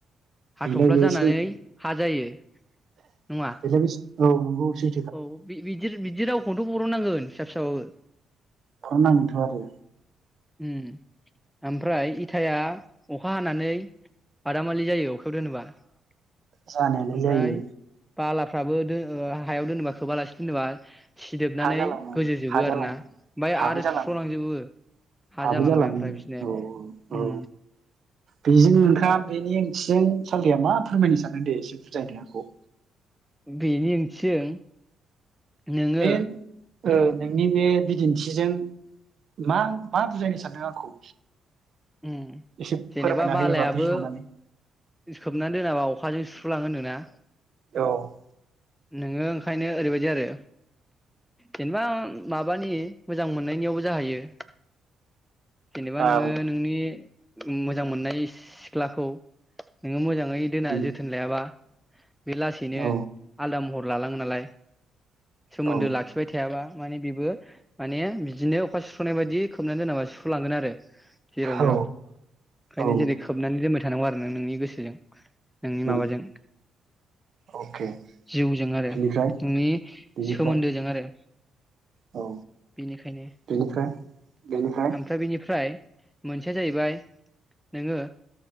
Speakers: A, in the centre; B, on the right (about 55°).
A: हाथ'फ्ला
B: बेलाय बे
A: जानानै
B: सैथो
A: हा जायो नङा?
B: जाबिज औ नंगौ अबसे।
A: औ बि-बिदि बिदि रावखौनोथ' बर'ननांगोन फिसा फिसाबाबो।
B: बर'ननांगोनथ' आरो।
A: उम ओमफ्राय इथाया अखा हानानै बादामालि जायो अखायाव दोनोबा ओमफ्राय
B: जानायालाय जायो
A: बालाफ्राबो दो हायाव दोनोबा खोबालासि दोनोबा सिदोबनानै
B: हा जालाङो
A: गोजोजोबो
B: हा जालाङो
A: आरोना ओमफाय
B: हाबो
A: आरो
B: जालाङो
A: सुस्र'लांजोबो। हा
B: हाबो
A: जालांबाय
B: जालांङो
A: ओमफ्राय बिसोरनो
B: औ औ
A: उम
B: औ बेजों नोंथाङा बेनि ओंथिजों सालथेया मा फोरमायनो सानदों दे एसे बुजायदो आंखौ।
A: बेनि ओंथिजों नोङो
B: बे ओ नोंनि बे बिदिन्थिजों मा मा बुजायनो सानदों आंखौ?
A: उम
B: एसे
A: जेनेबा
B: फोरमायना
A: बालायाबो
B: होयोबा बेखेवनानै
A: खोबनानै दोनाबा अखाजों सुस्र'लाङो होनदोना?
B: औ।
A: नोङो ओंखायनो ओरैबायदि आरो जेनबा माबानि मोजां मोननायनियावबो जाहैयो। जेनेबा
B: औ
A: नोङो नोंनि मोजां मोननाय सिख्लाखौ नोङो मोजाङै दोना
B: उम
A: जोथोन लायाबा बे लासैनो
B: औ
A: आलदा महर लालाङो नालाय। सोमोन्दो
B: औ
A: लाखिबाय थायाबा माने बेबो माने बिदिनो अखा सुस्र'नाय बायदि खोबनानै दोनाबा सुस्र'लांगोन आरो। जेराव
B: औ
A: मेराव। ओंखायनो
B: औ
A: जेरै खोबनानै दोनबाय थानांगौ आरो नों नोंनि गोसोजों। नोंनि
B: उम
A: माबाजों।
B: अके
A: जिउजों आरो
B: बिनिफ्राय
A: नोंनि
B: बिनिफ्राय
A: सोमोन्दोजों आरो।
B: औ।
A: बिनिखायनो
B: बिनिफ्राय बेनिफ्राय
A: आम फ्राय बेनिफ्राय मोनसेया जाहैबाय नोङो